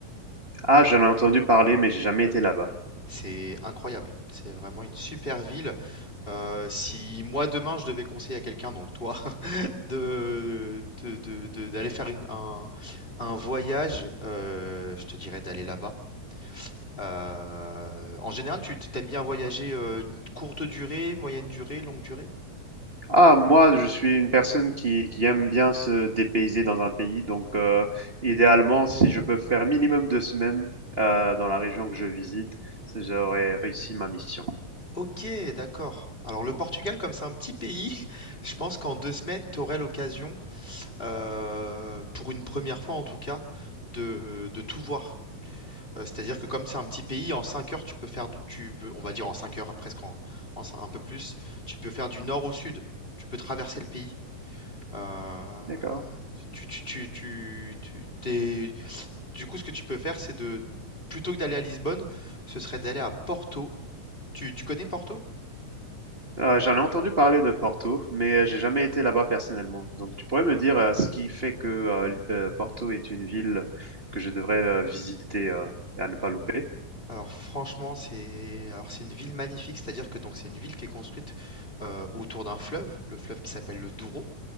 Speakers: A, on the right; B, on the left.
A: Ah, j'en ai entendu parler, mais j'ai jamais été là-bas.
B: C'est incroyable. C'est vraiment une super ville. Euh, si moi demain je devais conseiller à quelqu'un, donc toi, <laughs> de, de- de- de- d'aller faire une- un, un voyage, euh, je te dirais d'aller là-bas. Euh, en général, tu t'aimes bien voyager euh, une courte durée, moyenne durée, longue durée?
A: Ah, moi, je suis une personne qui, qui aime bien se dépayser dans un pays. Donc, euh, idéalement, si je peux faire minimum deux semaines euh, dans la région que je visite, c'est- j'aurais réussi ma mission.
B: Ok, d'accord. Alors le Portugal, comme c'est un petit pays, <laughs> je pense qu'en deux semaines, tu aurais l'occasion, euh, pour une première fois en tout cas, de, de tout voir. Euh, c'est-à-dire que comme c'est un petit pays, en cinq heures, tu peux faire, de- tu, peux- on va dire en cinq heures, presque en, en cin- un peu plus, tu peux faire du nord au sud. Tu peux traverser le pays. Euh,
A: D'accord.
B: tu, tu, tu, tu, tu- t'es- Du coup, ce que tu peux faire, c'est de, plutôt que d'aller à Lisbonne, ce serait d'aller à Porto. Tu, tu connais Porto?
A: Euh, j'en ai entendu parler de Porto, mais euh, j'ai jamais été là-bas personnellement. Donc, tu pourrais me dire euh, ce qui fait que euh, l- euh, Porto est une ville que je devrais euh, visiter euh, et à ne pas louper?
B: Alors franchement, c'est alors c'est une ville magnifique, c'est-à-dire que donc c'est une ville qui est construite euh, autour d'un fleuve, le fleuve qui s'appelle le Douro,